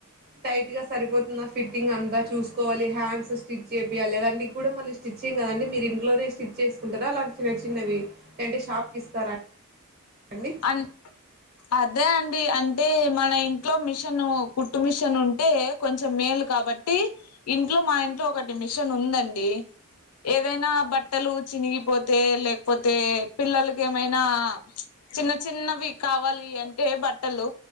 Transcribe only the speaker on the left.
అన్ అదే అండి అంటే మన ఇంట్లో మిషన్ కుట్టు మిషన్ ఉంటే కొంచెం మేలు కాబట్టి ఇంట్లో మా ఇంట్లో ఒకటి మిషన్ ఉందండి ఏదైనా బట్టలు చినిగిపోతే లేకపోతే పిల్లలకి ఏమైనా ప్చ్ చిన్న చిన్నవి కావాలి అంటే బట్టలు